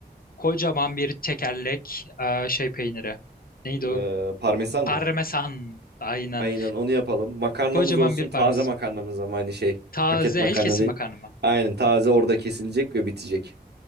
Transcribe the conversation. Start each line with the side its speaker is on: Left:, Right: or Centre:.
Left: kocaman bir tekerlek eee, şey peyniri. Neydi
Right: Ee,
Left: o?
Right: parmesan
Left: Parmesan.
Right: mı?
Left: Aynen.
Right: Aynen onu yapalım. Makarnamız
Left: Kocaman
Right: olsun
Left: bir parmesan.
Right: taze makarnamız ama aynı şey.
Left: Taze
Right: Paket makarna
Left: el kesim
Right: değil.
Left: makarna mı?
Right: Aynen taze orada kesilecek ve bitecek.